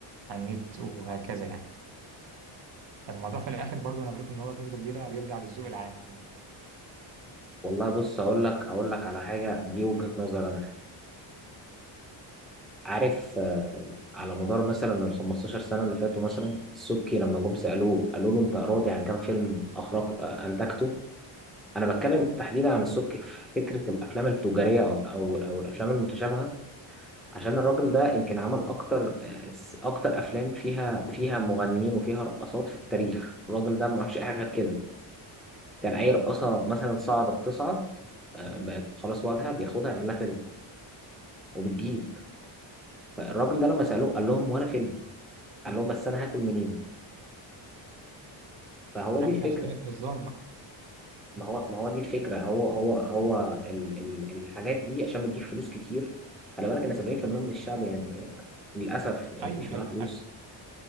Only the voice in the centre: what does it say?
والله بص اقول لك اقول لك على حاجه دي وجهه نظر انا يعني. عارف آه، على مدار مثلا ال 15 سنه اللي فاتوا مثلا السبكي لما جم سالوه قالوا له انت راضي عن كام فيلم اخرج آه، انتجته انا بتكلم تحديدا عن
السبكي في فكره الافلام التجاريه او او او الافلام المتشابهه عشان الراجل ده يمكن عمل اكتر آه، اكتر افلام فيها فيها مغنيين وفيها رقصات في التاريخ الراجل ده ما عملش اي حاجه غير كده كان اي رقصه مثلا صعدت تصعد آه، بقت خلاص واجهه بياخدها يعمل لها فيلم وبتجيب فالراجل ده لما سألوه قال لهم ولا فيلم قال لهم بس انا هاكل منين فهو دي
الفكرة
ما هو ما هو دي الفكرة هو هو هو ال ال الحاجات دي عشان بتجيب فلوس كتير خلي بالك ان 70% من الشعب يعني للأسف يعني
مش معاه
فلوس